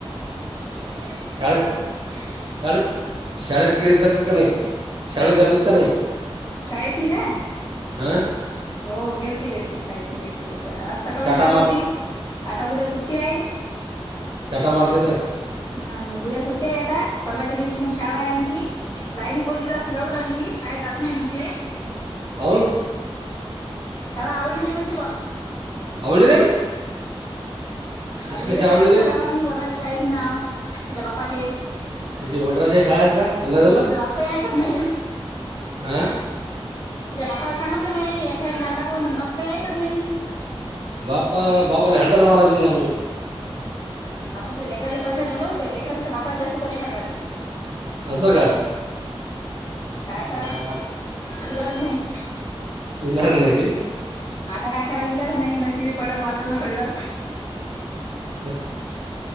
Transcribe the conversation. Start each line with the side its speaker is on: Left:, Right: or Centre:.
Left: <unintelligible>
Right: शाळेत शाळेत शाळेत गेळत जातात का नाही, शाळेत जातात का नाही,
Left: शाळेत नी काय,
Right: हा,
Left: हो गेलते गेलते शाळेत, निगेलते तेक आज सकाळून
Right: चाटा
Left: शाळा
Right: मार
Left: होती, आता उद्या सुट्टी आहे,
Right: चटा मारतीत,
Left: अ उद्या सुट्ट्या आहे आता, परवाच्या दिवशी मग शाळा आहे आणखी लाईनी पोरगी जरा शिलाडू लागली, शाळेत जात नाही म्हण ते,
Right: काऊन,
Left: शाळा आवडीली नाही म्हणते बा,
Right: आवडली नाही <unintelligible>
Left: आता इथे
Right: कशी आवडली
Left: टाका म्हणलं,
Right: रे
Left: गावातनी वडराच्या शाळेत, नी नाव त्यािच्या बापाले,
Right: ते वड्राच्या शाळा आहेत का, अलग
Left: पण
Right: अलग
Left: तिचा बाप काही ऐकत नाही
Right: हा,
Left: तिच्या बा्पाला सांगितलं मी, हेया शाळेत नाव टाकलं पण बाप काही ऐकत नाही,
Right: बापपा बापाले <unintelligible>
Left: आपण तर लेकराला परेशान झालो, तेलेकरापेक्षा बापाला जास्त परीक्षण झालो,
Right: असं का,
Left: काय
Right: मा-
Left: करा व, इलाज नाही,
Right: इलाज नाही, नी,
Left: आता काय करा इलाज नाही, नशीबी पड ना वाजवूनं घडलं,
Right: ह <unintelligible>